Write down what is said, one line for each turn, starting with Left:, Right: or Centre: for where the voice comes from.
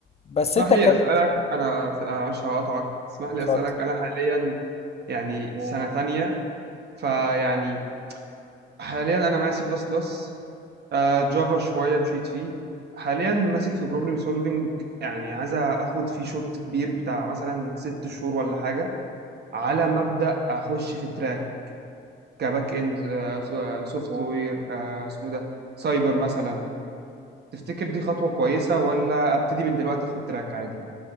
Left: بس
Right: اسمح
Left: انت اتكلمت
Right: لي اسالك انا في أنا معلش هقطعك اسمح لي
Left: اتفضل
Right: اسالك انا حاليا يعني سنه تانية فيعني حاليا انا معايا سي بلس بلس جافا شويه مشيت فيه حاليا ماسك في بروبلم سولفنج يعني عايز اخد فيه شوط كبير بتاع مثلا ست شهور ولا حاجه على مبدأ اخش في تراك كباك اند سوفت وير اسمه ده سايبر مثلا تفتكر دي خطوة كويسة ولا ابتدي من دلوقتي اخد تراك عادي